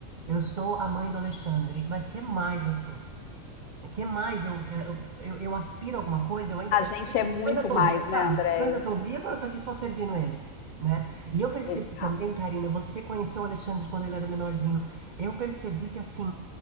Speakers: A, on the right (about 65°); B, on the left (about 55°).
A: eu sou a mãe do Alexandre, mas que mais eu sou? Que mais eu, é, eu, eu, eu aspiro a alguma coisa? Eu ainda,
B: A gente
A: eu, eu
B: é muito
A: ainda tô
B: mais,
A: viva?
B: né, Andréia?
A: Eu ainda tô viva? Eu tô aqui só servindo ele, né? E eu percebi
B: Exato.
A: também, Karina, você conheceu o Alexandre quando ele era menorzinho. Eu percebi que, assim,